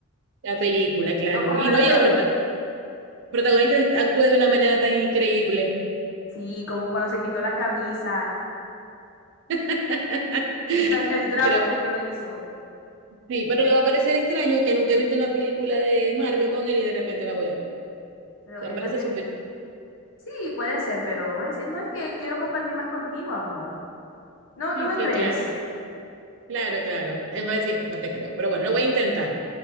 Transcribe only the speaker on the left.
Vamos
a verla
otra
vez.
Sí, como cuando se quitó la camisa.
O sea, el drama
con
que lo hizo.
Pero él
no tiene...
Sí, puede ser, pero voy a decir, no es que quiero compartir más contigo, amor. No,
no me
crees.
<laughs>